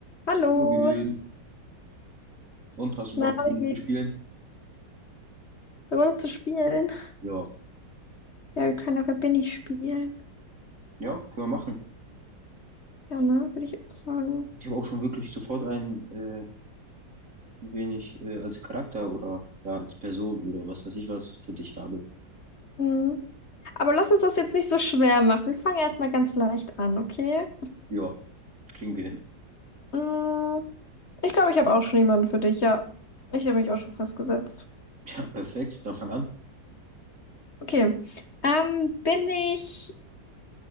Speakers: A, on the left; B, on the right.
A: Hallo,
B: Hallo, wie wir und hast du
A: na,
B: Bock mit mir
A: wie geht's?
B: zu spielen?
A: Eine Runde zu spielen?
B: Ja.
A: Ja, wir können ja Wer bin ich spielen.
B: Ja, können wir machen.
A: Ja, ne, würde ich auch sagen.
B: Ich habe auch schon wirklich sofort einen, äh, wen ich äh, als Charakter oder ja, als Person oder was weiß ich was für dich habe.
A: Mhm. Aber lass uns das jetzt nicht so schwer machen. Wir fangen erstmal ganz leicht an, okay?
B: Ja, kriegen wir hin. <laughs>
A: Mhm. Ich glaube, ich habe auch schon jemanden für dich. Ja, ich habe mich auch schon festgesetzt.
B: Ja, perfekt. Dann fang an.
A: Okay. Ähm, bin ich